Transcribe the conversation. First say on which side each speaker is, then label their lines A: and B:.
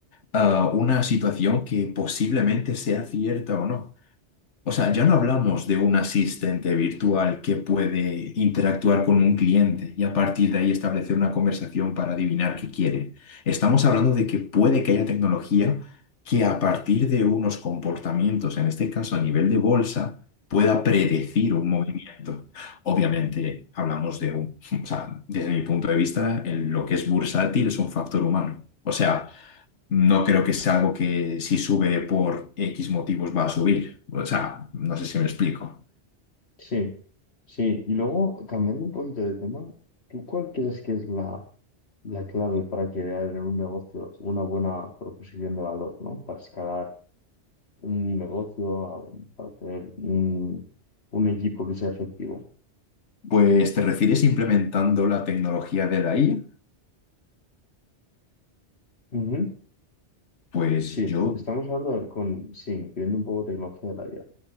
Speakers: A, on the left; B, on the left.
A: ah, una situación que posiblemente sea cierta o no. O sea, ya no hablamos de un asistente virtual que puede interactuar con un cliente y a partir de ahí establecer una conversación para adivinar qué quiere. Estamos hablando de que puede que haya tecnología que a partir de unos comportamientos, en este caso a nivel de bolsa, pueda predecir un movimiento. Obviamente, hablamos de un, <laughs> o sea, desde mi punto de vista, en lo que es bursátil es un factor humano. O sea, no creo que sea algo que si sube por X motivos va a subir. O sea, no sé si me explico.
B: Sí, sí. Luego, cambiando un poquito de tema, ¿tú cuál crees que es la, la clave para crear en un negocio una buena proposición de valor, ¿no? Para escalar un negocio, a- para tener un, un equipo que sea efectivo.
A: Pues te refieres implementando la tecnología de la IA.
B: Ujú.
A: Pues
B: Sí,
A: yo
B: estamos hablando con, sí, incluyendo un poco tecnología de la IA.